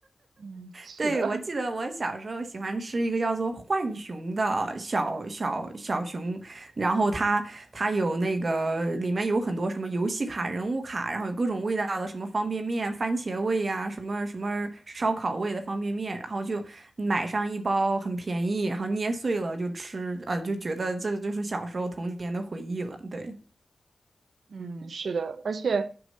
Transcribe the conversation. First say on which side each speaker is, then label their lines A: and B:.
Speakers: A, on the right; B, on the right.
A: 嗯，是的，
B: 对，我记得我小时候喜欢吃一个叫做浣熊的小小小熊，然后它它有那个里面有很多什么游戏卡、人物卡，然后有各种味道的什么方便面、番茄味呀、什么什么烧烤味的方便面，然后就买上一包，很便宜，然后捏碎了就吃，呃，就觉得这就是小时候童年的回忆了。对，
A: 嗯，是的，而且